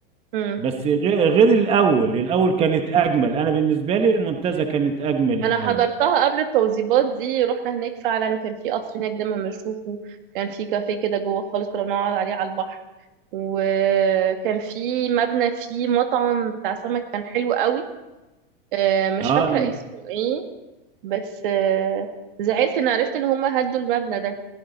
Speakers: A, on the right; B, on the right.
A: امم
B: بس غير غير الاول الاول كانت اجمل انا بالنسبه لي المنتزه كانت اجمل
A: انا
B: الاول
A: حضرتها قبل التوزيبات دي رحنا هناك فعلا كان في قصر هناك دايما بنشوفه كان في كافيه كده جوه خالص كنا بنقعد عليه على البحر وكان في مبنى فيه مطعم بتاع سمك كان حلو قوي آه، مش
B: اه
A: فاكرة اسمه ايه بس آه، زعلت ان عرفت ان هما هدوا المبنى ده